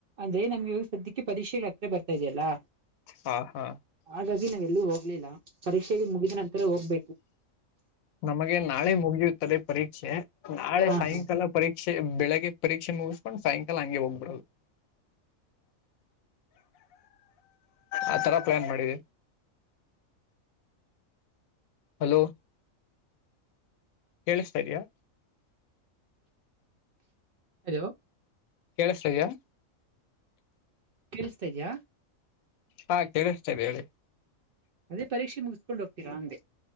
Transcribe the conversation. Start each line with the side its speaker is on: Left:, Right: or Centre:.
Right: ಅದೇ ನಮ್ಗೆ ಇವಾಗ ಸದ್ಯಕ್ಕೆ ಪರೀಕ್ಷೆಗಳ ಹತ್ರ ಬರ್ತಾ ಇದೆಯಲ್ಲಾ.
Left: ಹ ಹಾ
Right: ಹಾಗಾಗಿ ನಾವ ಎಲ್ಲೂ ಹೋಗ. ಲಿಲ್ಲ ಪರೀಕ್ಷೆಗೆ ಮುಗಿದ ನಂತರ ಹೋಗ್ಬೇಕು
Left: ನಮಗೆ ನಾಳೆ ಮುಗಿಯುತ್ತಲ. ಪರೀಕ್ಷೆ. ನಾಳೆ
Right: ಹ
Left: ಸಾಯಂಕಾಲ
Right: ಹಾ
Left: ಪರೀಕ್ಷೆ. ಬೆಳಿಗ್ಗೆ ಪರೀಕ್ಷೆ ಮುಗಿಸ್ಕೊಂಡು ಸಾಯಂಕಾಲ ಹಗೆ ಹೋಗ್ಬಿಡದು ಆತರ ಪ್ಲಾನ್ ಮಾಡಿದೆ. ಹಲೋ. ಕೇಳ್ಸ್ತಾ ಇದ್ಯಾ.
Right: ಹಲೋ.
Left: ಕೇಳ್ಸ್ತಾಇದಿಯ.
Right: ಕೇಳಸ್ತಾ ಇದಿದ್ಯಾ.
Left: ಹಾ ಕೇಳಿಸ್ತ ಇದೆ ಹೇಳಿ.
Right: ಅದೇ ಪರೀಕ್ಷೆ ಮುಗಿಸಸ್ಕೊಂಡ್ ಹೋಗ್ತೀರಾ ಹಂಗೆ.